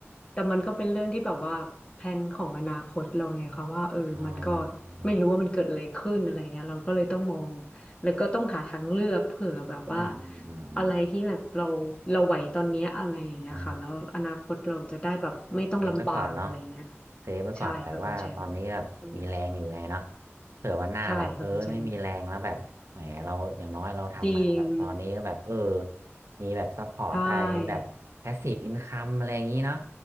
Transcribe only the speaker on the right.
อ๋ออ๋อ
อืมอืมอืมอืม
อ๋อ เซฟไว้ก่อนเนาะเซฟไว้ก่อนแบบว่าตอนนี้แบบมีแรงอยู่ไงเนาะ
เผื่อวันหน้าแบบเออไม่มีแรงแล้วแบบแหมเราอย่างน้อยเราทำมาแบบตอนนี้ก็แบบเออ
มีแบบซัพพอร์ตได้มีแบบแพสซีฟอินคัมอะไรอย่างนี้เนาะ